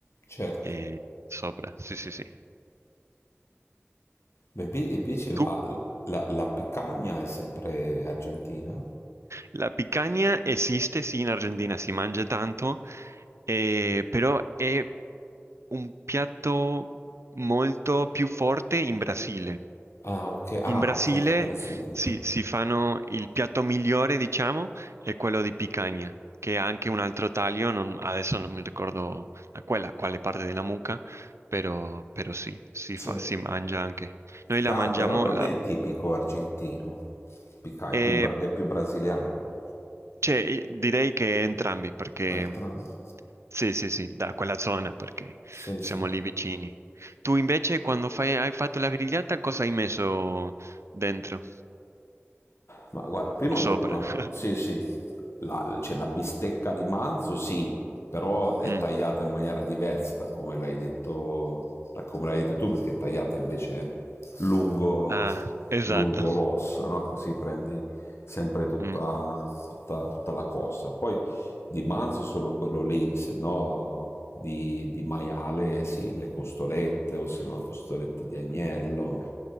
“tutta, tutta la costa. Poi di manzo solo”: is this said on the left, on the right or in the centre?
Left